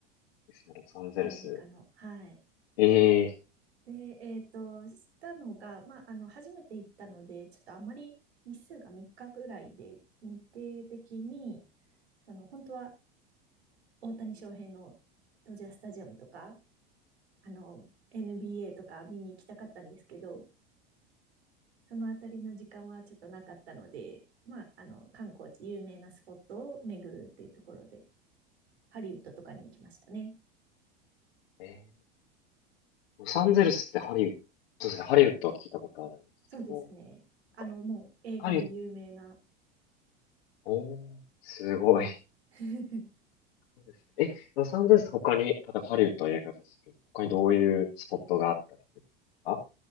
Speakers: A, on the left; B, on the right.
A: ですね、ロサンゼルス。
B: アメリカの。はい。
A: ええ
B: で、えっと、したのが、まあ、あの、初めて行ったので、ちょっとあまり日数が3日ぐらいで、日程的に、その、本当は大谷翔平のドジャースタジアムとか、あの、NBA とか見に行きたかったんですけど、そのあたりの時間はちょっとなかったので、まあ、あの、観光地、有名なスポットを巡るっていうところで、ハリウッドとかに行きましたね。
A: えーロサンゼルスってハリウッド、そうですね、ハリウッドは聞いたことあるんですけど、
B: そうですね。
A: なんか、
B: あの、もう映画で有名な
A: ハリウッド、おー、すごい。<laughs> す
B: <laughs>
A: ごいですねえ、ロサンゼルスって他に、例えばハリウッドは映画ですけど、他にどういうスポットがあったりするんですか